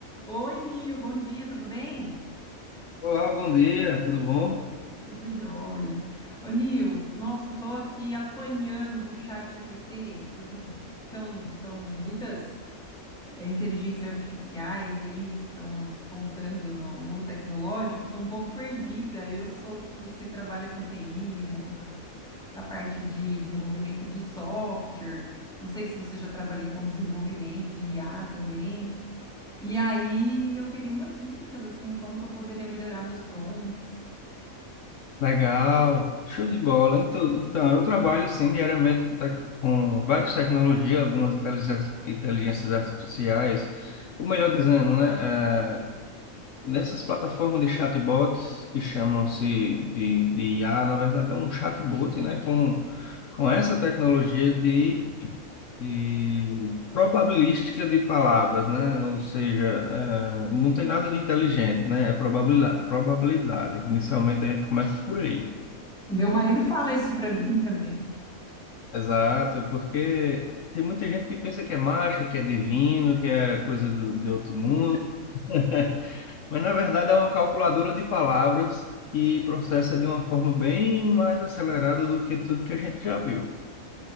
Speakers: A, in the centre; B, on the left.
A: Oi, Nil, bom dia, tudo bem?
B: Olá, bom dia, tudo bom?
A: Tudo jóia. Ô, Nil, nossa, eu tô aqui apanhando do chat GPT. Tô jo- São, são muitas eh, inteligências artificiais aí que estão despontando no mundo tecnológico. Tô um pouco perdida. Eu soube que você trabalha com TI, né? Com essa, essa parte de desenvolvimento de software. Não sei se você já trabalhou com desenvolvimento de IA também. E aí eu queria umas dicas, assim, como que eu poderia melhorar meus prompts.
B: Legal, show de bola. Então, então, eu trabalho sim diariamente com, tec- com várias tecnologias, algumas inteligências, inteligências artificiais, ou melhor dizendo, né, é, nessas plataformas de chatbots que chamam-se de, de IA, na verdade é um chatbot, né, com, com essa tecnologia de e probabilística de palavras, né? Ou seja, é, não tem nada de inteligente, né? É probabilidade, probabilidade. Inicialmente a gente começa por aí.
A: Meu marido fala isso pra mim <laughs> também.
B: Exato, porque tem muita gente que pensa que é mágica, que é divino, que é coisa do, de outro mundo, <laughs> mas na verdade é uma calculadora de palavras que processa de uma forma bem mais acelerada do que tudo que a gente já viu.